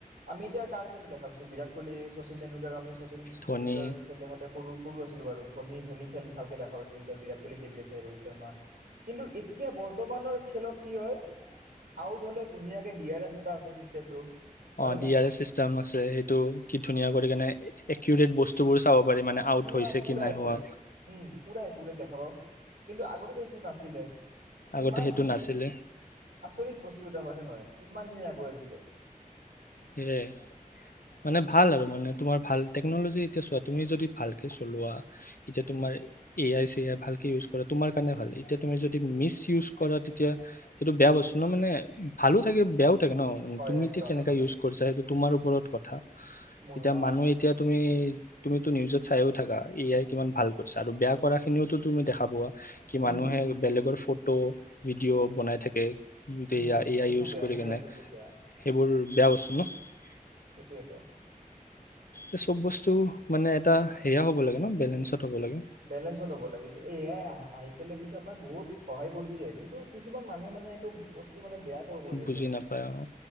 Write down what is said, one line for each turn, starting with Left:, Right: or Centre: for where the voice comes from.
Right: আমি এতিয়া কাৰ খেল দেখা পাইছো বিৰাট কহলি শচীন তেণ্ডুলকাৰ আমি শচীন
Left: ধনী
Right: তেণ্ডুলকাৰ খেল দেখা পাই সৰু সৰু আছিলো বাৰু ধনী ধনী খেল ভালকে দেখা পাইছো এতিয়া বিৰাট কোহলি খেলি আছে ৰোহিত শৰ্মা কিন্তু এতিয়া বৰ্তমানৰ খেলত কি হয় আউট হলে ধুনীয়াকে ডি আৰ এছ এটা আছে চিষ্টেমটো হয়নে
Left: অ ডি
Right: নাই
Left: আৰ এ চিষ্টেম আছে সেইটো কি ধুনীয়া কৰি কেনে একুৰেট বস্তুবোৰ চাব পাৰি মানে আউট
Right: পুৰা
Left: হৈছে
Right: পুৰা
Left: কি নাই
Right: একুৰেট
Left: হোৱা
Right: উম পুৰা একুৰেট দেখা পাও কিন্তু আগতেতো সেইটো নাছিলে
Left: আগতে
Right: ইমানখিনি
Left: সেইটো নাছিলে
Right: আচৰিত বস্তু এটা হয়নে নহয়। কিমানখিনি আগুৱাই গৈছে।
Left: সেয়াই মানে ভাল আৰু মানে তোমাৰ ভাল টেকনলজি এতিয়া চোৱা তুমি যদি ভালকে চলোৱা। এতিয়া তোমাৰ
Right: উম
Left: এ আই চি আই ভাল। ইউজ কৰা তোমাৰ কাৰণে ভাল এতিয়া তুমি যদি মিচ ইউজ কৰা তেতিয়া সেইটো বেয়া বস্তু ন মানে ভালো থাকে বেয়াও। ন
Right: হয়
Left: তুমি
Right: একদম
Left: এতিয়া কেনেকা
Right: একদম
Left: ইউজ। সেইটো তোমাৰ ওপৰত কথা।
Right: মোৰো
Left: এতিয়া
Right: অ
Left: মানুহ এতিয়া তুমি। তুমিটো নিউজত চাইও থাকা এ আই কিমান ভাল কৰিছা আৰু বেয়া কৰা খিনিওতো তুমি দেখা পোৱা। কি মানুহে
Right: উম হম
Left: বেলেগৰ ফু ফটো ভিডিঅ' বনাই থাকে। য়া
Right: হম হম
Left: এ
Right: সেইটো
Left: আই ইউজ
Right: বেয়া
Left: কৰি
Right: সেইবিলাক
Left: কেনে
Right: সেইবোৰ বেয়া
Left: সেইবোৰ, ব্যাউচ্। <unintelligible>
Right: সেইটোৱেতো।
Left: এ চব বস্তু মানে। এটা সেয়া হ'ব লাগে ন বেলেঞ্চত। হ'ব লাগে
Right: বেলেঞ্চত হ'ব লাগে কি এয়াই আহি পেলাই কিন্তু। আমাৰ বহুত সহায় কৰিছে কিন্তু কিছুমান মানুহে মানে এইটো বস্তু মানে। বেয়াক কৰি
Left: বুজি
Right: আছে
Left: নাপায় অ